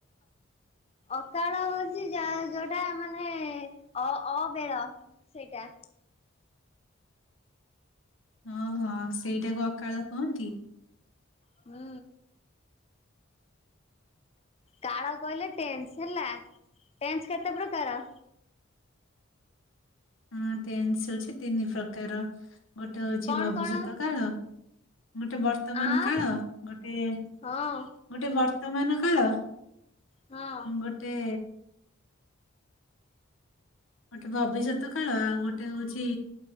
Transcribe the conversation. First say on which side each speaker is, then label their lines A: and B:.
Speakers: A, on the left; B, on the left.
A: ଅକାଳ ହଉଛି ଯା ଯୋଉ ଟା ମାନେ ଅ ଅବେଳ ସେଇଟା।
B: ହଁ ହଁ ସେଇଟାକୁ ଅକାଳ କୁହନ୍ତି।
A: ହଁ। କାଳ କହିଲେ ଟେନ୍ସ ହେଲା ଟେନ୍ସ କେତେ ପ୍ରକାର?
B: ହଁ ଟେନ୍ସ ହଉଚି ତିନି ପ୍ରକାର ଗୋଟେ ହଉଚି
A: କଣ
B: ଭବିଷ୍ୟତ
A: କଣ
B: କାଳ। ଗୋଟେ ବର୍ତ୍ତମାନ
A: ଆଁ
B: କାଳ, ଗୋଟେ ଗୋଟେ
A: ହଁ
B: ବର୍ତ୍ତମାନ କାଳ,
A: ହଁ।
B: ଗୋଟେ ଗୋଟେ ଭବିଷ୍ୟତ କାଳ ଆଉ ଗୋଟେ ହଉଚି